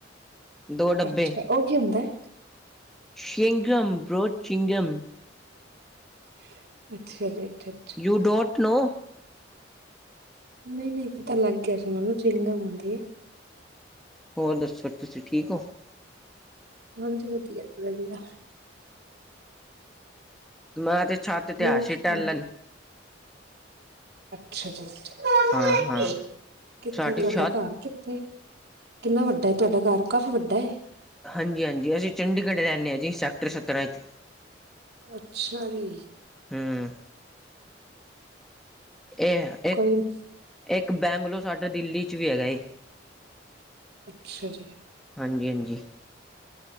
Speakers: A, in the centre; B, on the right (about 60°).
A: ਦੋ ਡੱਬੇ।
B: ਅੱਛਾ ਉਹ ਕੀ ਹੁੰਦਾ? ਹੈ?
A: ਚਿੰਗਮ ਬਰੋ ਚਿੰਗਮ।
B: <unintelligible> <inaudible> ਜੀ ਅੱਛਾ-ਅੱਛਾ
A: ਯੂ ਡੋਂਟ ਨੋ?
B: ਨਹੀਂ ਨਹੀਂ ਪਤਾ ਲੱਗ ਗਿਆ ਸੀ ਮੈਨੂੰ ਚਿੰਗਾਮ ਬਣਦੀ ਹੈ।
A: ਹੋਰ ਦੱਸੋ ਤੁਸੀਂ ਠੀਕ ਹੋ।
B: ਹਾਂਜੀ ਵਧੀਆ ਵਧੀਆ।
A: ਮੈਂ ਤੇ ਛੱਤ ਤੇ
B: ਹੋਰ
A: ਆ ਸੀ
B: ਸੁਣਾਓ?
A: ਟੇਲਣ।
B: ਅੱਛਾ ਜੀ
A: ਹਾਂ ਹਾਂ
B: ਕਿੱਥੇ
A: ਸਾਡੀ
B: ਤੁਹਾਡਾ
A: ਛੱਤ
B: ਘਰ ਕਿੱਥੇ? ਕਿੰਨਾ ਵੱਡਾ ਹੈ ਤੁਹਾਡਾ ਘਰ ਕਾਫੀ ਵੱਡਾ
A: ਹਾਂਜੀ ਹਾਂਜੀ ਅਸੀਂ ਚੰਡੀਗੜ੍ਹ ਰਹਿੰਦੇ ਹਾਂ ਜੀ ਸੈਕਟਰ ਸੱਤਰਾਂ ਵਿੱਚ।
B: ਅੱਛਾ ਜੀ।
A: ਹੂੰ ਇਹ ਇੱਕ
B: ਕੋਈ
A: ਇੱਕ ਬੈਂਗਲੋ ਸਾਡਾ ਦਿੱਲੀ ਚ ਵੀ ਹੈਗਾ ਏ।
B: ਅੱਛਾ ਜੀ।
A: ਹਾਂਜੀ ਹਾਂਜੀ।